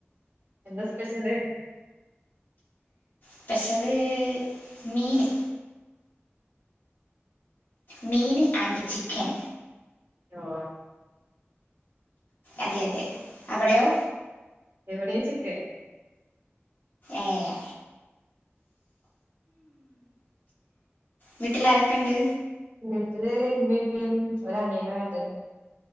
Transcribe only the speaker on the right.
എന്താ സ്പെഷ്യല്
യോ
ഇവിടെയും ചിക്കൻ
വീട്ടില് ഇമ്മീം, ഇപ്പീഒരനിയനും ഏട്ടനും